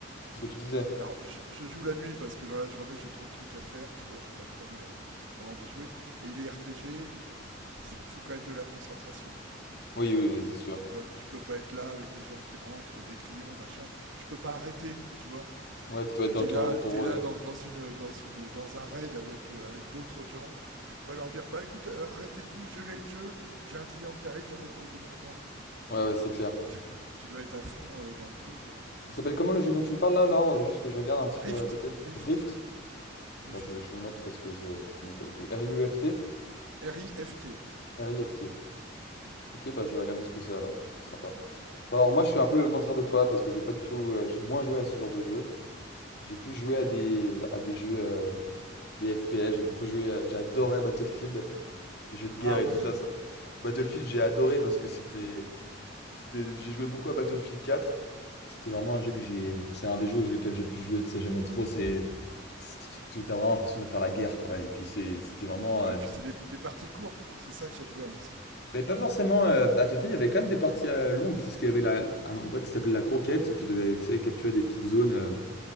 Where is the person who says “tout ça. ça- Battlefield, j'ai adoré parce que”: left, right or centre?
Left